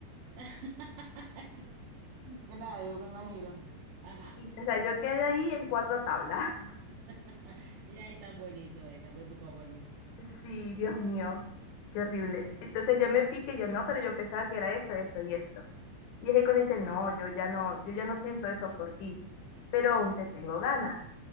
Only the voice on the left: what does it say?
Y, o sea, yo quedé ahí en cuatro tablas. <laughs>
Sí, Dios mío, qué horrible.
Entonces yo me piqué, yo no, pero yo pensaba que era esto, esto y esto. Y es que cuando dice, no, yo ya no, yo ya no siento eso por ti, pero aún te tengo ganas.